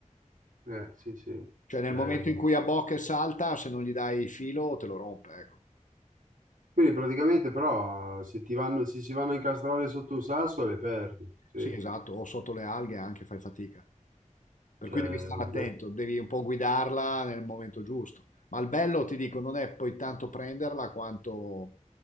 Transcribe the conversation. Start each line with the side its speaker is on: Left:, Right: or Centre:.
Right: Eh, sì, sì. Eh,
Left: Cioè nel momento in cui abbocca e salta, se non gli dai filo te lo rompe, ecco.
Right: quindi praticamente però se ti vanno, se si vanno a incastrare sotto un sasso le perdi, sì.
Left: Sì, esatto, o sotto le alghe anche fai fatica. Per
Right: Cioè,
Left: cui devi stare
Right: eh.
Left: attento, devi un po' guidarla nel momento giusto. Ma il bello, ti dico, non è poi tanto prenderla quanto,